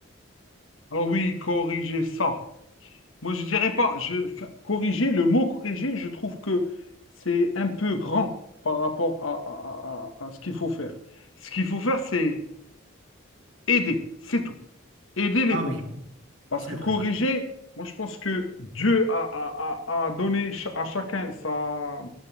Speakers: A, on the left; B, on the right.
A: Alors oui, corriger ça. Moi, je dirais pas. Je, enfin, corriger, le mot corriger, je trouve que c'est un peu grand par rapport à, à- à- à- à ce qu'il faut faire. Ce qu'il faut faire, c'est aider, c'est tout. Aider les
B: Ah
A: pauvres.
B: oui,
A: Parce
B: c'est
A: que
B: vrai.
A: corriger, moi, je pense que Dieu a, a- a- a donné ch- à chacun sa,